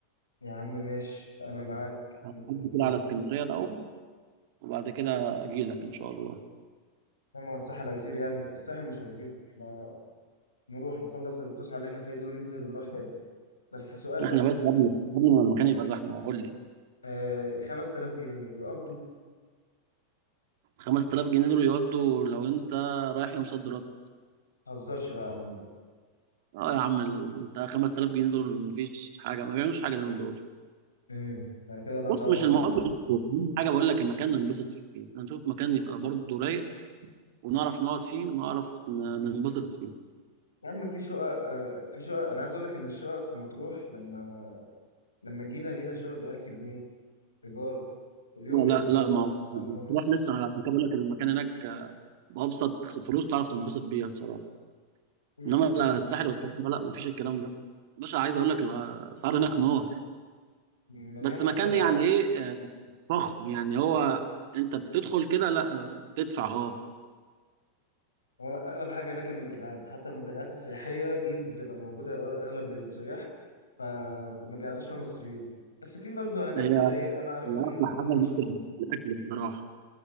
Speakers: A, on the left; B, on the right.
A: يا عم ماشي أنا معاك
B: هعدي
A: متفقين
B: كده على اسكندرية الاول وبعد كده اجي لك ان شاء الله
A: أما هو الساحل هيطير يعني الساحل مش هيطير إحنا نروح نخلص الفسحة اللي إحنا فيها دي وننزل نروح تاني بس سؤال بس
B: احنا بس قبل قبل ما المكان يبقى زحمة قول لي
A: آه، خمس تلاف جنيه يقضوا
B: 5000 جنيه دول يودوا لو انت رايح يوم صد رد
A: متهزرش بقى يا عم بقى
B: اه يا عم ال- انت 5000 جنيه دول مفيش حاجة ما بيعملوش حاجة اليوم دول
A: مم. يعني كده الأسعار
B: بص مش
A: ولا
B: المهم حاجه بقول لك المكان ننبسط فيه هنشوف مكان يبقى برضه رايق ونعرف نقعد فيه ونعرف ن- ننبسط فيه
A: يا عم في شقق آه، في شقق انا عايز اقول لك ان الشقق في مطروح لما لما جينا لقينا شقق ب 1000 جنيه ايجار اليوم
B: لا
A: و1000
B: لا ما هو
A: ونص
B: تروح لسه أنا عشان كده بقول لك المكان هناك بأبسط فلوس تعرف تنبسط بيها بصراحة
A: مم.
B: انما لا الساحل والكلام ده لا مفيش الكلام ده باشا عايز اقول لك الاسعار هناك نار
A: مليان
B: بس
A: منتجعات
B: مكان يعني ايه آه، فخم يعني هو انت بتدخل كده لا آه، بتدفع اه
A: هو اغلب حاجه هناك المنتجعات حتى المنتجعات السياحيه دي بتبقى موجوده أغ- اغلب للسياح فما بيقعدوش فيها مصريين بس في برضه ناس
B: هي
A: كده ايه انا عارفهم
B: هي اغلى
A: ممكن برضه
B: حاجه هناك
A: نشوفهم
B: الاكل بصراحه